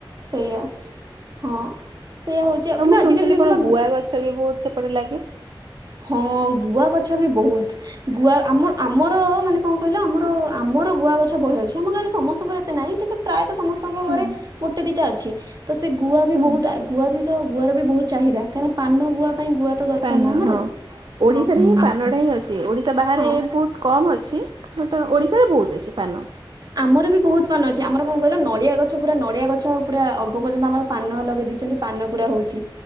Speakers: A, on the right (about 45°); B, on the right (about 60°).
A: ସେଇଆ ହଁ ସେଇଆ ହେଉଛି
B: ଆଉ
A: କିନ୍ତୁ
B: ମୁଁ
A: ଆଜିକାଲି
B: ଶୁଣିଥିଲି
A: ଦେଖିଲ
B: କଣ ଗୁଆ ଗଛ ବି ବହୁତ ସେପଟେ ଲାଗେ
A: ହଁ ଗୁଆ ଗଛ ବି ବହୁତ ଗୁଆ ଆମ ଆମର ମାନେ କଣ କହିଲ ଆମର ଆମର ଗୁଆ ଗଛ ବହିେ ଅଛି ଆମ ଗାଁରେ ସମସ୍ତଙ୍କର ଏତେ ନାହିଁ କିନ୍ତୁ ପ୍ରାୟଃ ତ ସମସ୍ତଙ୍କ
B: ହୁଁ
A: ଘରେ ଗୋଟେ ଦିଟା ଅଛି। ତ ସେ ଗୁଆ ବି
B: ହୁଁ।
A: ବହୁତ ଗୁଆ ବି ତ ଗୁଆର ବି ବହୁତ ଚାହିଦା କଁ ପ ପାନ ଗୁଆ ପାଇଁ ଗୁଆ ତ ଦରକାର
B: ପାନ
A: ନା ଆମର
B: ହଁ। ଓଡିଶାରେ
A: ହଁ
B: ହିଁ
A: ଆ-
B: ପାନଟା ହିଁ ଅଛି ଓଡିଶା ବାହାରେ
A: ହଁ
B: ବହୁତ କମ ଅଛି ବଟ ଓଡିଶାରେ ବହୁତ ଅଛି ପାନ ହଁ।
A: ଆମର ବି ବହୁତ ମାନ ଅଛି ଆମର କଣ କହିଲ ନଡ଼ିଆ ଗଛ ପୁରା ନଡ଼ିଆ ଗଛ ପୁରା ଅଗ ପର୍ଯ୍ୟନ୍ତ ଆମର ପାନ ଲଗେଇ ଦେଇେଛନ୍ତି ପାନ ପୁରା ହଉଛି